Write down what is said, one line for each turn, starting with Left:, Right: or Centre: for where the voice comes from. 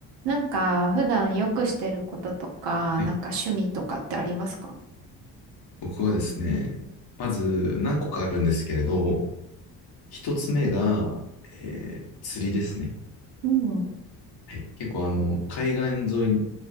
Right: なんか、普段よくしてることとか、
Left: はい
Right: なんか趣味とかってありますか
Left: 僕はですね、まず何個かあるんですけれど、一つ目が、えー釣りですね。
Right: うん。
Left: はい、結構あの海岸沿いに、